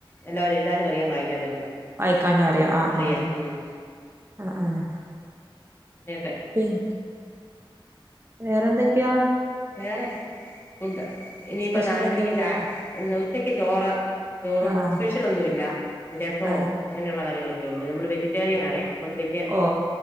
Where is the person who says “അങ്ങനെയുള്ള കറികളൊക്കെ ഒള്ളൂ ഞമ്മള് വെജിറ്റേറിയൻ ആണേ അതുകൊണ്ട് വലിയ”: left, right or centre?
Left